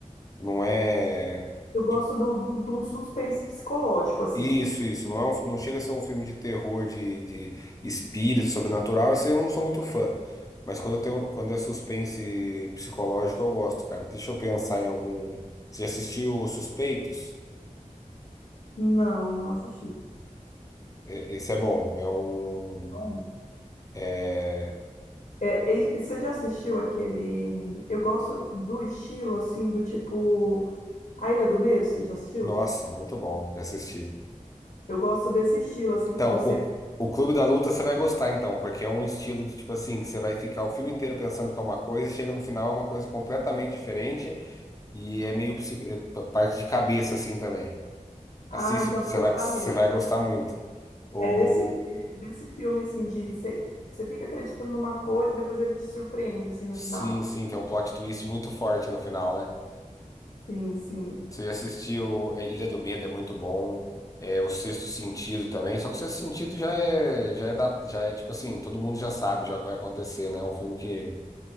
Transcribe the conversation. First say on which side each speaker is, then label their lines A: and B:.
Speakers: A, on the left; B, on the left.
A: não é.
B: Eu gosto
A: tipo,
B: do, do, de um suspense psicológico, assim.
A: Isso, isso. Não é um, não chega a ser um filme de terror, de, de espírito, sobrenatural. Esse eu não sou muito fã. Mas quando, eu tenho, quando é suspense psicológico, eu gosto, cara. Deixa eu pensar em algum. Você já assistiu Os Suspeitos?
B: Não, não assisti.
A: E- Esse é bom. É um.
B: Bom,
A: é-
B: é, e- e você já assistiu aquele. Eu gosto do estilo, assim, do tipo. A Ilha do Medo, você já assistiu?
A: Nossa, muito bom. Já assisti.
B: Eu gosto desse estilo, assim,
A: Então,
B: que você.
A: o, o Clube da Luta você vai gostar, então, porque é um estilo de tipo assim, que você vai ficar o filme inteiro pensando que é uma coisa, e chega no final é uma coisa completamente
B: Não.
A: diferente. E é meio psico- é pa- parte de cabeça, assim, também.
B: Ah,
A: Assiste,
B: então
A: você
B: eu vou gostar
A: vai, você
B: mesmo.
A: vai gostar muito. Ou,
B: É desse, é desse filme, assim, de. Você, você fica acreditando numa coisa e depois ele te surpreende, assim, no
A: sim,
B: final.
A: sim, tem um plot twist muito forte no final, né?
B: Sim, sim.
A: Você já assistiu é, Ilha do Medo, é muito bom. É, o Sexto Sentido também. Só que o Sexto Sentido já é, já é, da, já é tipo assim, todo mundo já sabe já o que vai acontecer, né? É um filme que, não